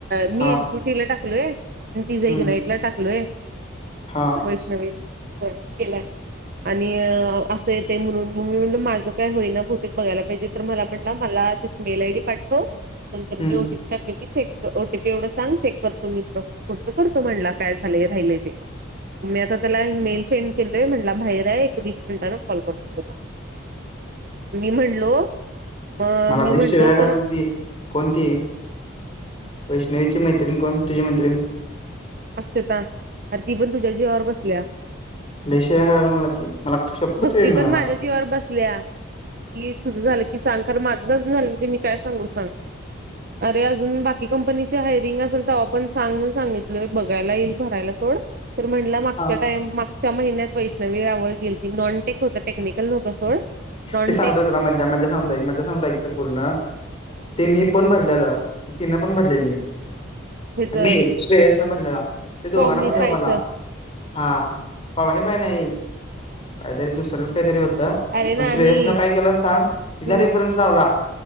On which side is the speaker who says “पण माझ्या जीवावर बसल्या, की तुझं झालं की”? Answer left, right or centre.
Right